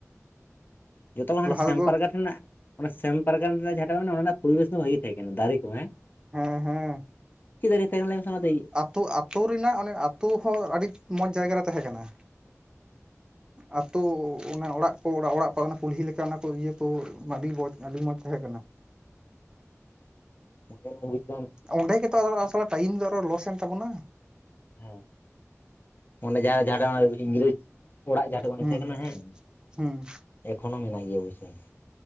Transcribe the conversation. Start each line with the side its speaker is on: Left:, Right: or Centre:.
Left: ᱡᱚᱛᱚ ᱠᱷᱚᱱ ᱦᱟᱸᱰᱮ
Right: ᱞᱟᱦᱟ
Left: ᱥᱮᱢ
Right: ᱛᱮᱫᱚ
Left: ᱯᱟᱨᱜᱟᱱᱟ ᱴᱷᱮᱱᱟᱜ ᱚᱱᱟ ᱥᱮᱢ ᱯᱟᱨᱜᱟᱱᱟ ᱴᱷᱮᱱᱟᱜ ᱡᱟᱦᱟᱸᱴᱟᱜ ᱢᱮᱱᱟᱜ-ᱟ ᱚᱱᱟ ᱨᱮᱱᱟᱜ ᱯᱚᱨᱤᱵᱮᱥ ᱦᱚᱸ ᱵᱷᱟᱜᱤ ᱛᱟᱦᱮᱸ ᱠᱟᱱᱟ ᱫᱟᱨᱮ ᱠᱚ ᱦᱮᱸ᱾
Right: ᱦᱮᱸ ᱦᱮᱸ
Left: ᱪᱮᱜ ᱫᱟᱨᱮ ᱛᱟᱦᱮᱸ ᱠᱟᱱᱟ ᱞᱟᱹᱭ ᱢᱮ ᱥᱮ ᱚᱱᱟ ᱫᱟᱹᱭ
Right: ᱛᱚ, ᱟᱹᱛᱳ ᱨᱮᱱᱟᱜ ᱚᱱᱮ ᱟᱹᱛᱳ ᱦᱚᱸ ᱟᱹᱰᱤ ᱢᱚᱡᱽ ᱡᱟᱭᱜᱟᱨᱮ ᱛᱟᱦᱮᱸ ᱠᱟᱱᱟ ᱟᱫ ᱛᱚ, ᱚᱱᱟ ᱚᱲᱟᱜ ᱠᱚ ᱚᱲᱟᱜ ᱚᱲᱟᱜ ᱯᱟᱨᱜᱟᱱᱟ ᱠᱩᱞᱦᱤ ᱞᱮᱠᱟ ᱚᱱᱟ ᱠᱚ ᱤᱭᱟᱹ ᱠᱚ ᱟᱹᱰᱤ ᱢᱚᱡᱽ ᱟᱹᱰᱤ ᱢᱚᱸᱡᱽ ᱛᱟᱦᱮᱸ ᱠᱟᱱᱟ᱾
Left: <unintelligible> ᱵᱩᱡ ᱫᱟᱢ
Right: ᱚᱸᱰᱮ ᱜᱮᱛᱚ ᱟᱨ ᱟᱥᱚᱞᱮ ᱴᱟᱭᱤᱢ ᱫᱚ ᱟᱨᱚ ᱞᱚᱥᱮᱱ ᱛᱟᱵᱚᱱᱟ᱾
Left: ᱦᱩᱸ, ᱚᱱᱮ ᱡᱟᱦᱟᱸ ᱡᱟᱦᱟᱸᱴᱟᱜ ᱤᱝᱨᱮᱹᱡᱽ ᱚᱲᱟᱜ ᱡᱟᱦᱟᱸᱴᱷᱮᱱ ᱵᱟᱝ
Right: ᱦᱩᱸ
Left: ᱛᱟᱦᱮᱸ ᱠᱟᱱᱟ ᱦᱮᱸ
Right: ᱦᱩᱸ
Left: ᱮᱠᱷᱚᱱᱚ ᱢᱮᱱᱟᱜ ᱜᱮᱭᱟ ᱵᱩᱡᱷᱟᱹᱣ᱾